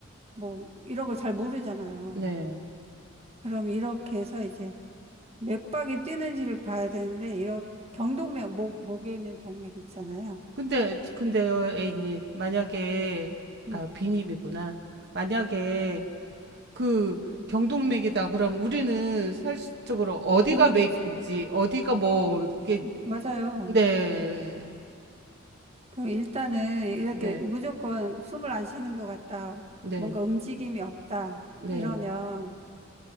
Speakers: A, on the right; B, on the right.
A: 뭐 이런 걸 잘 모르잖아요.
B: 네.
A: 그럼 이렇게 해서 이제 맥박이 뛰는지를 봐야 되는데 이런 경동맥 목 목에 있는 동맥 있잖아요.
B: 근데 근데요, A님 만약에
A: 음.
B: 아 B님이구나. 만약에 그 경동맥이다. 그럼 우리는 사실적으로 어디가
A: 모르겠죠.
B: 맥이지, 어디가 뭐 이게
A: 맞아요.
B: 네,
A: 그럼 일단은 이렇게
B: 네,
A: 무조건 숨을 안 쉬는 것 같다.
B: 네,
A: 뭔가 움직임이 없다. 이러면
B: 네.